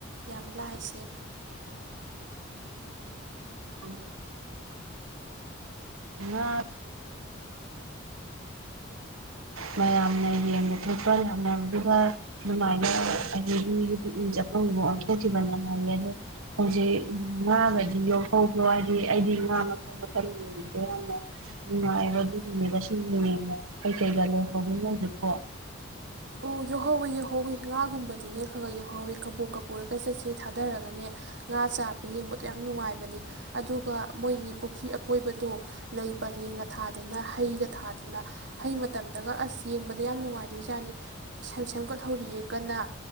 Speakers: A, on the right; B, on the right.
A: ꯌꯥꯝ ꯂꯥꯏꯁꯦ꯫
B: ꯫ ꯉꯥ ꯃꯌꯥꯝꯅ ꯌꯦꯡꯕ ꯊꯣꯛꯄ ꯌꯥꯝꯗꯨꯗ ꯑꯗꯨꯃꯥꯏꯅ ꯍꯥꯏ ꯃꯤꯒꯤ ꯄꯤꯅꯤꯡ ꯆꯐꯪꯗꯕꯨ ꯑꯣꯟꯊꯣꯛꯈꯤꯕꯅꯦ ꯍꯥꯏꯌꯦ ꯑꯗꯣ ꯍꯧꯖꯤꯛ ꯉꯥꯒꯗꯤ ꯌꯣꯛꯍꯧꯕ꯭ꯔꯣ ꯍꯥꯏꯗꯤ ꯑꯩꯗꯤ ꯉꯥ ꯃꯈꯜ ꯃꯈꯜ ꯌꯦꯡꯉꯦ꯫ ꯌꯥꯝꯅ ꯅꯨꯡꯉꯥꯏꯕ ꯑꯗꯨꯒꯤꯅꯦꯕ ꯁꯨꯝ ꯌꯦꯡꯕ ꯀꯩꯀꯩꯒ ꯂꯩꯍꯧꯒꯅꯣꯗꯨꯕꫭ꯫
A: ꯑꯣ ꯌꯧꯍꯧꯋꯤ ꯌꯧꯍꯧꯋꯤ ꯉꯥꯒꯨꯝꯕꯗꯤꯅꯦ ꯈꯒ ꯌꯧꯍꯧꯋꯤ ꯀꯕꯣꯛ ꯀꯄꯨꯔꯒ ꯆꯠꯁꯦ ꯊꯥꯗꯔꯒꯅꯦ ꯉꯥ ꯆꯥꯕ ꯌꯦꯡꯕꯗꯣ ꯌꯥꯝ ꯅꯨꯡꯉꯥꯏꯕꯅꯤ ꯑꯗꯨꯒ ꯃꯣꯏꯒꯤ ꯄꯨꯈ꯭ꯔꯤ ꯑꯀꯣꯏꯕꯗꯣ ꯂꯩ ꯄꯔꯦꯡꯒ ꯊꯥꯗꯅ ꯍꯩꯒ ꯊꯥꯗꯅ ꯍꯩ ꯃꯇꯝꯗꯒ ꯑꯁ ꯌꯦꯡꯕꯗ ꯌꯥꯝ ꯅꯨꯡꯉꯥꯏꯗꯣꯏꯖꯥꯠꯅꯤ꯫ ꯁꯦꯝ ꯁꯦꯝꯒꯠꯍꯧꯔꯤꯌꯦ꯫ ꯀꯅꯥ